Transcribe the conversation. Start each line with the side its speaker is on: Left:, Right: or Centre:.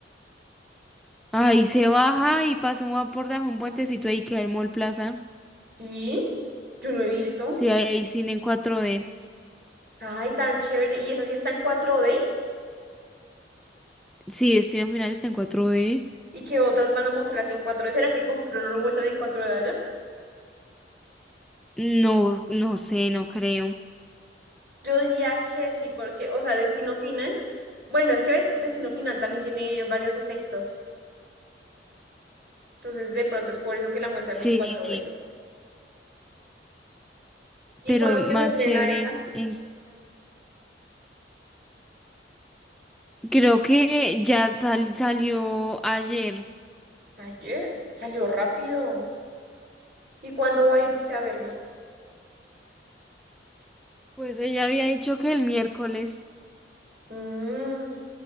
Centre: Ay, se baja y pasa un- por debajo de un puentecito ahí queda el Mall Plaza.
Right: Sí, Yo no he visto.
Centre: Sí, ahí hay cine en cuatro d
Right: Ay, tan chévere. ¿Y esa sí está en cuatro d
Centre: Sí, Destino Final está en cuatro d
Right: ¿Y qué otras van a mostrar así en cuatro d ¿Será que el conjuro no lo muestran en cuatro d allá?
Centre: No, no sé, no creo.
Right: Yo diría que sí, porque, o sea, Destino Final. Bueno, es que ves, Destino Final también tiene varios efectos. Entonces, de pronto es por eso que la muestran
Centre: Sí.
Right: en cuatro d ¿Y
Centre: pero
Right: cuándo es
Centre: más
Right: que se estrena
Centre: chévere.
Right: esa?
Centre: En- creo que ya sal- salió ayer.
Right: Ayer. Salió rápido. ¿Y cuándo va a ir usted a verla?
Centre: Pues ella había dicho que el miércoles.
Right: Mm.